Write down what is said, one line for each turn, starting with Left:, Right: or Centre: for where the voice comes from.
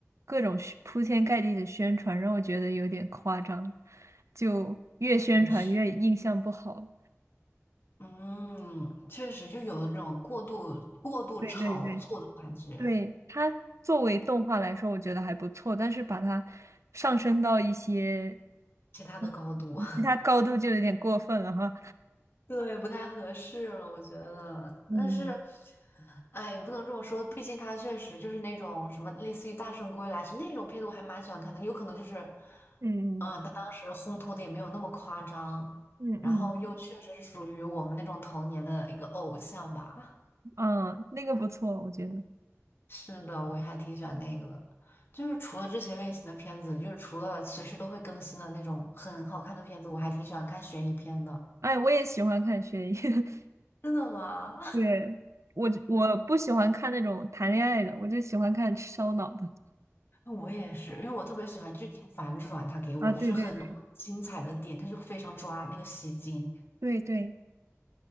Right: 各种宣铺天盖地的宣传让我觉得有点夸张，就越宣传越印象不好。
Left: 确实。嗯，确实就有那种过度过度炒作的感觉，
Right: 对对对。对，它作为动画来说，我觉得还不错，但是把它上升到一些
Left: 其他的高度，
Right: 嗯其他高度就有点过分了哈。
Left: <laughs> 对，不太合适了，我觉得。
Right: 嗯
Left: 但是，哎，也不能这么说，毕竟他确实就是那种什么类似于《大圣归来》是那种片子，我还蛮喜欢看的。有可能就是，
Right: 嗯
Left: 嗯，他当时烘托的也没有那么夸张，
Right: 嗯嗯
Left: 然后又确实是属于我们那种童年的一个偶像吧。
Right: 嗯，嗯，那个不错，我觉得。
Left: 是的，我也还挺喜欢那个的。就是除了这些类型的片子，就是除了随时都会更新的那种很好看的片子，我还挺喜欢看悬疑片的。
Right: 哎，我也喜欢看悬疑，<laughs>
Left: 真的吗？
Right: 对，我我不喜欢看那种谈恋爱的，我就喜欢看烧脑的。
Left: <laughs> 我也是，因为我特别喜欢剧情反转，它给我就是很多精彩的点，
Right: 啊，对对
Left: 它就非常抓那个吸睛。
Right: 对对，